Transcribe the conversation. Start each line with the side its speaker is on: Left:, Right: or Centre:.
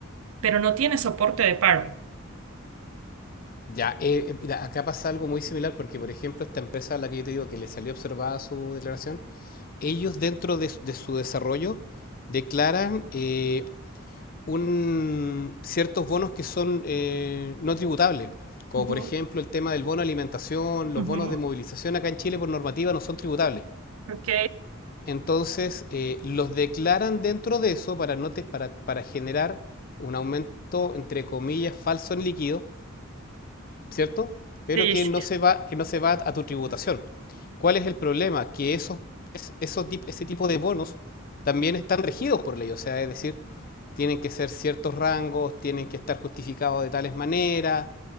Right: pero no tiene soporte de pago.
Left: Ya, eh, eh, mira, acá pasa algo muy similar porque, por ejemplo, esta empresa a la que yo te digo que le salió observada su declaración, ellos dentro de, de su desarrollo declaran eh, un, ciertos bonos que son eh, no tributables, como
Right: Ujú,
Left: por ejemplo el tema del bono de alimentación, los
Right: ujú.
Left: bonos de movilización acá en Chile por normativa no son tributables.
Right: Ok,
Left: Entonces eh, los declaran dentro de eso para, no te- para, para generar un aumento, entre comillas, falso en líquido, ¿cierto? Pero
Right: Sí,
Left: que
Right: sí.
Left: no se va, que no se va a tu tributación. ¿Cuál es el problema? Que esos, esos, tip- ese tipo de bonos también están regidos por ley, o sea, es decir, tienen que ser ciertos rangos, tienen que estar justificados de tales maneras,